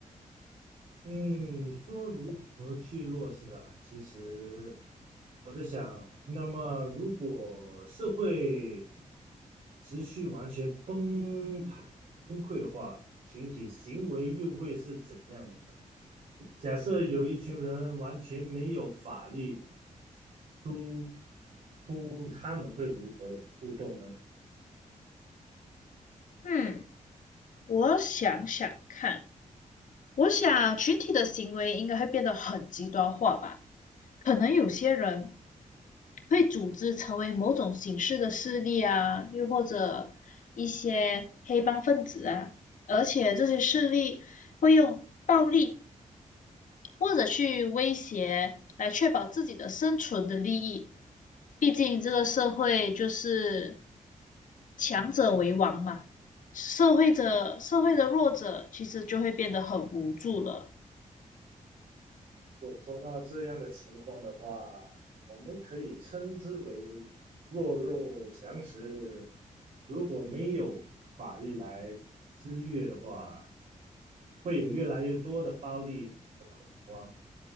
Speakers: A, on the right (about 75°); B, on the left (about 75°).
A: 嗯，你说如何去落实啊？其实我在想，那么如果社会持续完全崩盘崩溃的话，群体行为又会是怎样的假设有一群人完全没有法律出出，他们会如何互动呢？
B: 嗯，我想想看，我想群体的行为应该会变得很极端化吧，可能有些人。会组织成为某种形式的势力啊，又或者一些黑帮分子啊，而且这些势力会用暴力或者去威胁来确保自己的生存的利益。毕竟这个社会就是强者为王嘛，社会者社会的弱者其实就会变得很无助了。
A: 如果说到这样的情况的话，我们可以称之为弱肉强食。如果没有法律来制约的话，会有越来越多的暴力和恐慌。